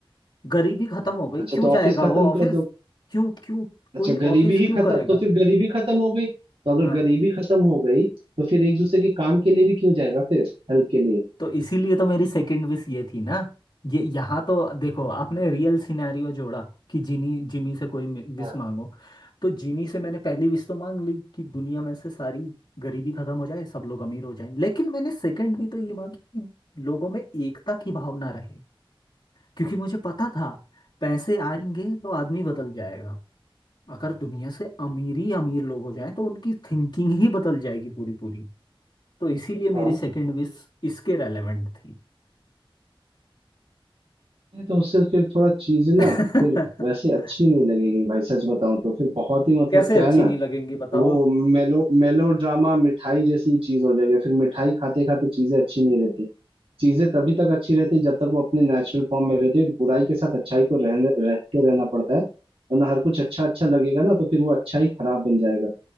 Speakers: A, on the left (about 55°); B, on the right (about 75°).
A: गरीबी खत्म हो गई
B: अच्छा
A: क्यों
B: तो
A: जाएगा
B: ऑफिस खत्म
A: वो ऑफिस
B: कर दो
A: क्यों क्यों कोई
B: अच्छा गरीबी
A: ऑफिस
B: ही
A: क्यों
B: खत्म
A: करेगा
B: तो फिर गरीबी खत्म हो गई तो अगर
A: हाँ।
B: गरीबी खत्म हो गई तो फिर एक दूसरे के काम के लिए भी क्यों जाएगा फिर हेल्प के लिए
A: तो इसीलिए तो मेरी सेकंड विश ये थी ना ये यहाँ तो देखो आपने रियल सिनेरियो जोड़ा कि जिनी जिमी से कोई विश
B: हाँ
A: मांगो तो जिनी से मैंने पहली विश तो मांग ली कि दुनिया में से सारी गरीबी खत्म हो जाए सब लोग अमीर हो जाएं लेकिन मैंने सेकंड भी तो ये मांगी कि लोगों में एकता की भावना रहे क्योंकि मुझे पता था पैसे आएंगे तो आदमी बदल जाएगा अगर दुनिया से अमीर ही अमीर लोग हो जाएं तो उनकी थिंकिंग ही बदल जाएगी पूरी पूरी तो इसीलिए
B: हाँ
A: मेरी सेकंड विश इसके रेलेवेंट थी
B: नहीं तो उससे फिर थोड़ा चीज
A: <laughs>
B: ना फिर वैसे अच्छी नहीं लगेगी भाई सच बताऊं तो फिर बहुत ही मतलब
A: कैसे
B: क्या
A: अच्छी
B: है ना
A: नहीं लगेंगी बताओ
B: वो
A: आप
B: मेलो मेलो ड्रामा मिठाई जैसी चीज हो जाएगी फिर मिठाई खाते खाते चीजें अच्छी नहीं रहती चीजें तभी तक अच्छी रहती जब तक वो अपने नेचुरल फॉर्म में रहती है और बुराई के साथ अच्छाई को रहने रहते रहना पड़ता है वरना हर कुछ अच्छा अच्छा लगेगा ना तो फिर वो अच्छा ही खराब बन जाएगा